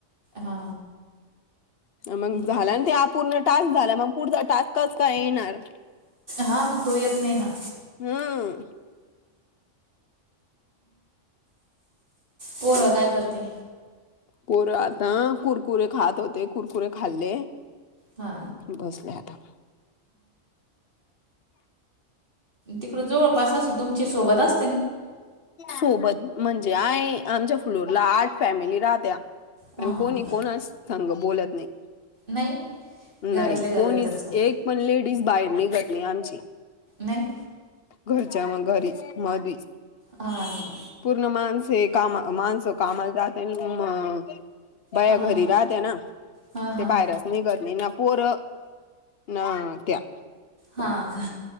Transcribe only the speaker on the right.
हा
ब-
हा मग तो येत नाही ना
पोर काय करते
हा
तिकड जवळपास असं तुमच्या सोबतच असं
हा
का
नाही
घरातल्या
घरातच का
नाही.
हा का
हा
हा
हा हा
हा का